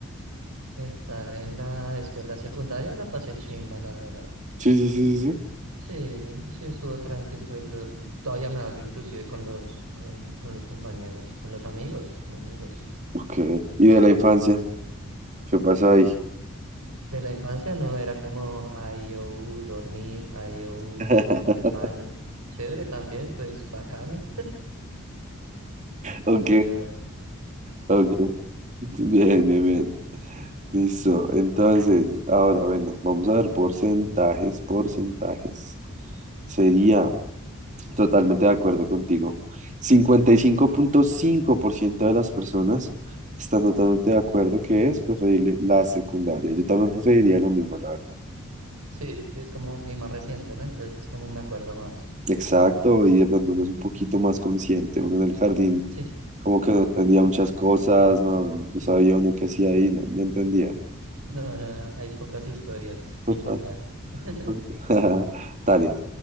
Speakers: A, on the right (about 80°); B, on the right (about 35°).
A: Estar en la escuela secundaria la pasé chimba, la verdad.
B: Sí, sí, sí, sí, sí.
A: Sí, sí, estuvo tranqui, estuve lo- todavía me hablo inclusive con los, con, con los compañeros, con los amigos, amigos.
B: Ok. ¿Y de la infancia? ¿Qué pasó ahí?
A: De la infancia no, era como IOU, dormir, IOU,
B: <laughs>
A: al baño. Chévere también, pues bacano,
B: Ok,
A: pero
B: ok. Bien, bien, bien. Listo. Entonces, ahora, bueno, vamos a ver porcentajes, porcentajes. Sería totalmente de acuerdo contigo. cincuenta y cinco cinco punto cinco por ciento de las personas están totalmente de acuerdo que es preferible la secundaria. Yo también preferiría lo mismo, la verdad.
A: sí, sí, es como y más reciente, ¿no? Entonces es como me acuerdo más.
B: Exacto, y de pronto uno es un poquito más consciente, uno en el jardín
A: Sí,
B: como que no entendía muchas cosas, no, no no sabía uno qué hacía ahí, no, no entendía.
A: no, no, no, hay pocas historias
B: Total.
A: que contar. <laughs>
B: <laughs> Dale,